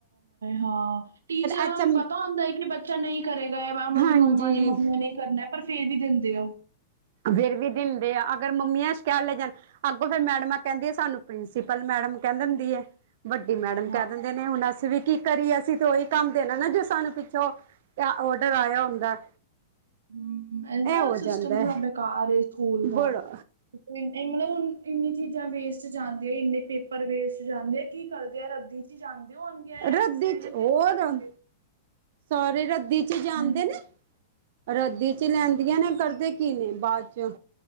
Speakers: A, on the right; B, on the right.
A: ਹਾਂ, ਟੀਚਰਾਂ
B: ਅੱਛਾ
A: ਨੂੰ ਵੀ ਪਤਾ ਹੁੰਦਾ ਐ, ਕਿ ਬੱਚਾ ਨਹੀਂ ਕਰੇਗਾ, ਉਹਨਾਂ
B: ਹਾਂਜੀ
A: ਦੀ ਮੰਮਾ ਨੇ ਮੰਮੀਆਂ ਨੇ ਕਰਨਾ ਪਰ ਫੇਰ ਵੀ ਦਿੰਦੇ ਆ ਉਹ।
B: ਫੇਰ ਵੀ ਦਿੰਦੇ ਆ, ਅਗਰ ਮੰਮੀਆਂ ਸ਼ਕੈ ਲੈ ਜਨ ਅੱਗੋਂ ਫੇਰ ਮੈਡਮਾਂ ਕੈੰਦੀ ਆ, ਸਾਨੂੰ ਪ੍ਰਿੰਸੀਪਲ ਮੈਡਮ ਕੈ ਦੈੰਦੀ ਐ। ਵੱਡੀ ਮੈਡਮ ਕੈ
A: ਹਾਂ,
B: ਦਿੰਦੇ ਨੇ। ਹੁਣ ਅਸੀਂ ਵੀ ਕੀ ਕਰੀਏ? ਅਸੀ ਤਾਂ ੳਹੀ ਕੰਮ ਦੇਨਾ ਨਾ, ਜੋ ਸਾਨੂੰ ਪਿੱਛੋਂ ਕੈਆ ਔਡਰ ਆਇਆ ਹੁੰਦਾ।
A: ਹੂੰ, ਐ ਨਾ
B: ਇਹ ਹੋ
A: ਸਿਸਟਮ
B: ਜਾਂਦਾ
A: ਥੋੜਾ ਬੇਕਾਰ ਏ ਸਕੂਲ ਦਾ।
B: ਬੜਾ
A: ਮਤਲਬ ਹੁਨ ਇਨੀ ਚੀਜਾਂ ਵੇਸਟ ਜਾਂਦੀਆਂ, ਏਨੇ ਪੇਪਰ ਵੇਸਟ ਜਾਂਦੇ। ਕੀ ਕਰਦੇ ਆ? ਰੱਦੀ ਚ ਜਾਂਦੇ ਹੋਗੇ, ਜਾਂ
B: ਰੱਦੀ
A: ਕਿਸੀ ੳਨੂੰ
B: ਚ
A: ਦੇ
B: ਹੋਰ
A: ਦਿੰਦੇ ਹੋਏਂਗੇ
B: ਸਾਰੇ ਰੱਦੀ ਚ ਜਾਂਦੇ
A: ਨਾ।
B: ਨੇ। ਰੱਦੀ ਚ ਲੈਂਦੀਆਂ ਨੇ। ਕਰਦੇ ਕੀ ਨੇ ਬਾਦ ਚ?